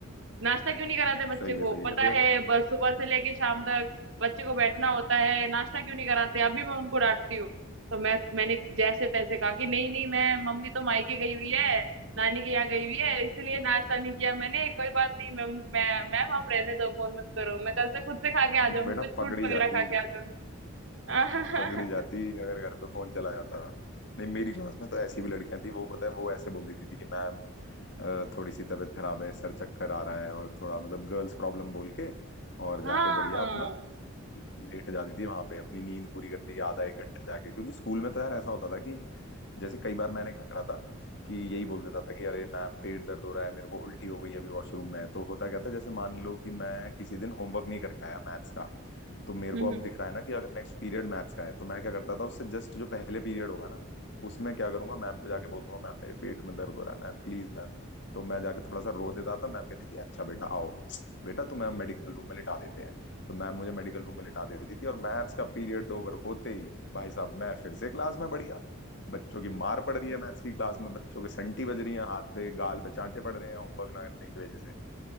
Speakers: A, on the right; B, on the left.
A: नाश्ता क्यों नहीं कराते बच्चे
B: सही
A: को
B: है सही
A: पता
B: है फिर
A: है बस सुबह से लेके शाम तक बच्चे को बैठना होता है नाश्ता क्यों नहीं कराते अभी मैं उनको डांटती हूँ तो मैं मैंने जैसे तैसे कहा कि नहीं नहीं मैं मम्मी तो मायके गई हुई
B: <laughs>
A: है नानी के यहाँ गई हुई है इसलिए नाश्ता नहीं किया मैंने कोई बात नहीं मैम मैं मैम आप रहने दो फोन मत करो मैं कल से खुद से खा के आ जाऊंगी
B: बेटा
A: कुछ फ्रूट्स
B: पकड़ी
A: वगैरह
B: जाती
A: खा के आ जाऊंगी <laughs>
B: पकड़ी जाती अगर घर पे फोन चला जाता नहीं मेरी क्लास में तो ऐसी भी लड़कियां थी वो पता है वो ऐसे बोल देती थी कि मैम अ, थोड़ी सी तबीयत खराब है सर चक्कर आ रहा है और थोड़ा मतलब गर्ल्स प्रॉब्लम बोल के और
A: हाँ
B: जाके बढ़िया अपना लेट जाती थी वहां पे अपनी नींद पूरी कर ली आधा एक घंटा जाके क्योंकि स्कूल में तो यार ऐसा होता था कि जैसे कई बार मैंने क्या करा था कि यही बोल देता था कि अरे मैम पेट दर्द हो रहा है मेरे को उल्टी हो गई है अभी वॉशरूम में तो होता क्या था जैसे मान लो कि मैं किसी दिन होमवर्क नहीं करके आया मैथ्स का तो मेरे
A: हम्म
B: को अब
A: हम्म,
B: दिख रहा है ना कि अगर नेक्स्ट पीरियड मैथ्स का है तो मैं क्या करता था उससे जस्ट जो पहले पीरियड होगा ना उसमें क्या करूंगा मैम को जाके बोल दूंगा मैम मेरे पेट में दर्द हो रहा है मैम प्लीज मैम तो मैं जाके थोड़ा सा रो देता था मैम कहती थी अच्छा बेटा आओ बेटा तुम्हें हम मेडिकल रूम में लिटा देते हैं तो मैम मुझे मेडिकल रूम में लिटा देती थी और मैथ्स का पीरियड ओवर होते ही भाई साहब मैं फिर से क्लास में बढ़िया बच्चों की मार पड़ रही है मैथ्स की क्लास में बच्चों के संटी बज रही है हाथ पे गाल पे चांटे पड़ रहे हैं होमवर्क ना करने की वजह से